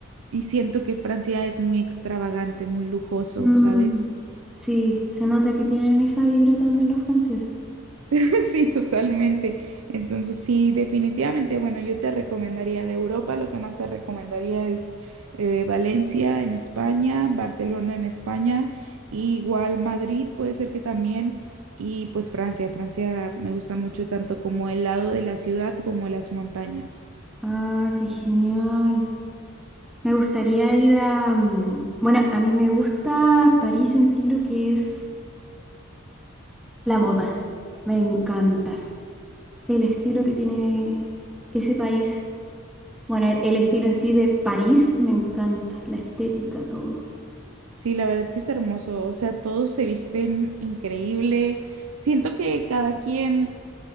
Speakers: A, on the right (about 80°); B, in the centre.
A: Y siento que Francia es muy extravagante, muy lujoso,
B: Mm,
A: ¿sabes?
B: sí, se nota que tienen esa vibra también los franceses.
A: <laughs> Sí, totalmente. Entonces, sí, definitivamente, bueno, yo te recomendaría de Europa, lo que más te recomendaría es eh, Valencia en España, Barcelona en España, y igual Madrid puede ser que también, y pues Francia. Francia me gusta mucho tanto como el lado de la ciudad como las montañas.
B: Ah, qué genial. Me gustaría ir a... mm, Bueno, a mí me gusta París en sí lo que es la moda. Me encanta el estilo que tiene ese país. Bueno, el, el estilo en sí de París me encanta, la estética, todo.
A: Sí, la verdad que es hermoso. O sea, todos se visten increíble. Siento que cada quien